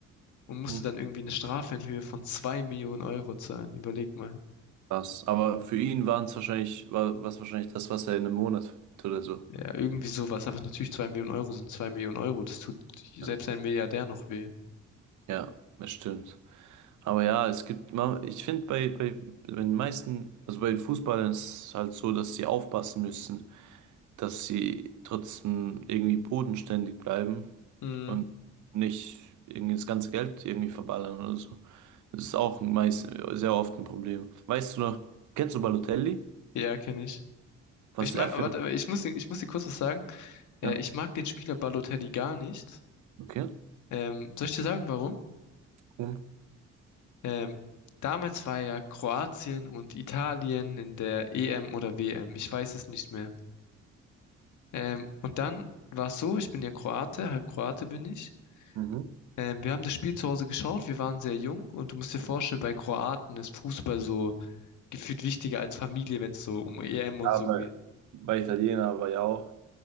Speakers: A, on the left; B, on the right.
A: und musste
B: Mhm.
A: dann irgendwie eine Strafe in Höhe von zwei Millionen Euro zahlen. Überleg mal.
B: Krass. Aber für ihn waren es wahrscheinlich, war was wahrscheinlich das, was er in einem Monat verdient oder so.
A: Ja, irgendwie sowas. Aber natürlich zwei Millionen Euro sind zwei Millionen Euro. Das tut selbst
B: Ja,
A: ein Milliardär noch weh.
B: Ja, das stimmt. Aber ja, es gibt, ma- ich finde bei, bei, bei den meisten, also bei den Fußballern ist es halt so, dass sie aufpassen müssen, dass sie trotzdem irgendwie bodenständig bleiben
A: Hm,
B: und nicht irgendwie das ganze Geld irgendwie verballern oder so. Das ist auch meist, sehr oft ein Problem. Weißt du noch, kennst du Balotelli?
A: ja, kenne ich.
B: Was
A: Ich mag,
B: er für
A: aber warte,
B: ein...
A: aber ich muss, ich muss dir kurz was sagen. Äh,
B: Ja,
A: ich mag den Spieler Balotelli gar nicht.
B: okay.
A: Ähm, soll ich dir sagen, warum?
B: Mhm.
A: Ähm, damals war ja Kroatien und Italien in der EM oder WM. Ich weiß es nicht mehr. Ähm, und dann war es so, ich bin ja Kroate, halb Kroate bin ich.
B: Mhm.
A: Ähm, wir haben das Spiel zu Hause geschaut, wir waren sehr jung und du musst dir vorstellen, bei Kroaten ist Fußball so gefühlt wichtiger als Familie, wenn es so um EM und
B: Ja,
A: so
B: bei,
A: geht.
B: bei Italiener war ja auch.